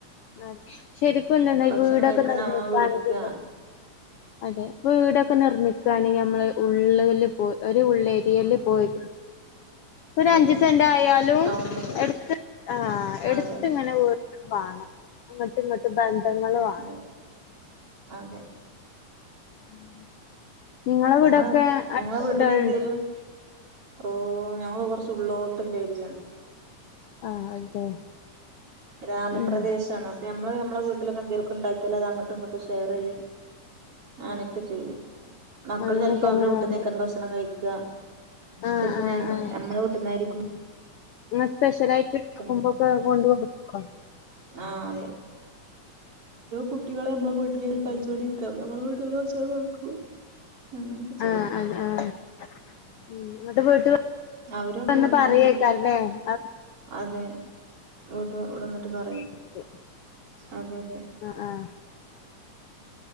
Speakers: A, on the left; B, on the right.
A: അതെ ശരിക്കുംന്നന്നാ
B: ഭക്ഷണം
A: വീടൊക്കെ
B: കഴിക്കാനാവാ
A: നിർഞ്ഞിക്കാണെങ്ക
B: വിളിക്കാ
A: അതെ വീടൊക്കെ നിർമ്മിക്കാണെങ്കി നമ്മള് ഉള്ള്ല് പോയ് ഒര് ഉള്ളേര് എലി പോയത് ഒരു അഞ്ച്
B: അതെ
A: സെന്റ് ആയാലും
B: ടൗണില്
A: എടുത്ത് ആ എടുത്തിങ്ങനെ
B: അതെ
A: വീ വാണം അങ്ങട്ട് ഇങ്ങട്ട് ബന്ധങ്ങള് വാണം
B: അതെ അതെ.
A: <inaudible> നിങ്ങളെ വീടൊക്കെ
B: ആഹ്
A: അടുത്ത
B: ഞങ്ങളെ വീട്ടിലെന്തേലും
A: വീടുകളുണ്ടോ
B: ഓ ഞങ്ങള് കൊർച്ച് ഉള്ളോട്ട്ള്ളേരിയാണ്.
A: ആഹ് അതെ
B: ഗ്രാമപ്രദേശാണ്
A: ഉം
B: അപ്പൊഞമ്മള് ഞമ്മളെ വീട്ടിലൊക്കെ എന്തേലൊക്കെണ്ടാക്കിയാലതങ്ങട്ടുംഇങ്ങട്ടും ഷേറെയ്യും അങ്ങനൊക്കെ
A: ആ
B: ചെയ്യും മക്കള്
A: അങ്ങനെ
B: ചെലപ്പോ
A: തന്നെ
B: അവരെ വീട്ടുന്നായിരിക്കും
A: വേണ്ടേ
B: ഭക്ഷണം കഴിക്ക
A: ആ
B: ചിലപ്പം
A: ആ
B: ഞ
A: ആ
B: നമ്മളെ വീട്ടുന്നായിരിക്കും
A: ഇങ്ങള് സ്പെഷലായിട്ട് ഉണ്ടാക്കുമ്പോയൊക്കെ
B: ണ്ട്
A: കൊണ്ടോ കോടുക്കോ
B: ആഹ് ഏ കുട്ടികളെ നമ്മളെ വീട്ടിലിങ്ങനെ
A: ഉം
B: കളിച്ചോണ്ടിരിക്ക അപ്പൊ നമ്മളെ വീട്ടില് കുറച്ചേരം കളിക്കു അങ്ങനൊക്കെ ചെയ്യും
A: ആഹ് ആഹ് ഉം എന്നിട്ട് വീട്ടിൽ
B: അവരും അതുപോലെ
A: വന്ന് പറയേക്കല്ലേ
B: തന്നെ
A: ആഹ്
B: അതെ വീട്ട് ഇവിടെ വന്നിട്ട് പറയും
A: <unintelligible> <unintelligible>
B: അതെ അതെ
A: ആഹ് ആഹ്